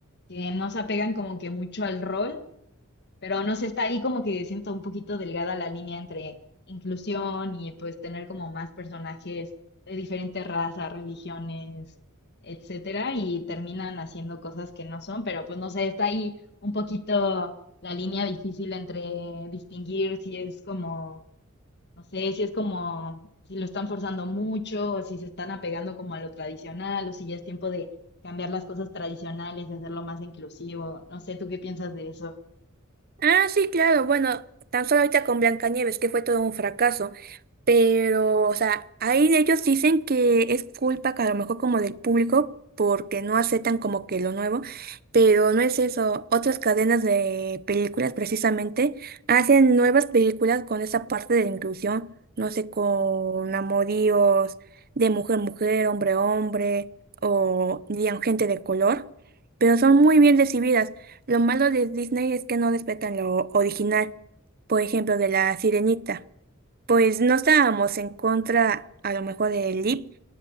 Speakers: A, on the left; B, on the right.
A: que no se apegan como que mucho al rol Pero no sé, está ahí como que siento un poquito delgada la línea entre inclusión y pues tener como más personajes de diferentes razas, religiones, etcétera, y terminan haciendo cosas que no son, pero pues no sé, está ahí un poquito la línea difícil entre distinguir si es como, no sé, si es como, si lo están forzando mucho, o si se están apegando como a lo tradicional, o si ya es tiempo de cambiar las cosas tradicionales y hacerlo más inclusivo. No sé, ¿tú qué piensas de eso?
B: Ah, sí, claro. Bueno, tan solo ahorita con Blancanieves, que fue todo un fracaso. Pero, o sea, ahí ellos dicen que es culpa que a lo mejor como del público, porque no aceptan como que lo nuevo. Pero no es eso. Otras cadenas de películas, precisamente, hacen nuevas películas con esa parte de la inclusión. No sé, con amoríos de mujer-mujer, hombre-hombre, o digamos, gente de color. Pero son muy bien recibidas. Lo malo de Disney es que no respetan lo original, por ejemplo, de la Sirenita. Pues no estábamos en contra a lo mejor de Lip,